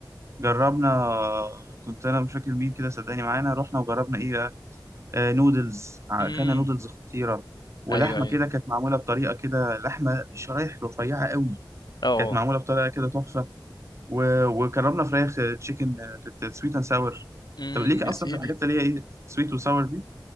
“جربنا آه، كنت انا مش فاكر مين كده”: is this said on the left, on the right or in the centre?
Right